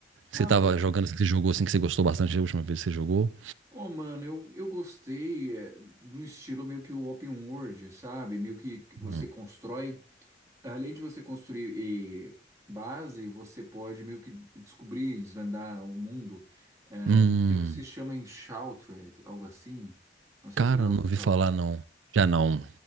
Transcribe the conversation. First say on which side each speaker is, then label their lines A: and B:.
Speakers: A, on the right; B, on the right.
A: Ah,
B: você tava
A: ma-
B: jogando, assim, que você jogou, assim, que você gostou bastante da última vez que você jogou?
A: ô, mano, eu, eu gostei é, de um estilo meio que o open world, sabe? Meio que você
B: Hum,
A: constrói. além de você construir eh, base, você pode meio que descobrir, desvendar o mundo. É,
B: Hum,
A: Uhum. creio que se chama Enshrouded, algo assim. Não sei
B: cara,
A: se eu já ouvi
B: não ouvi
A: falar.
B: falar não. Já não.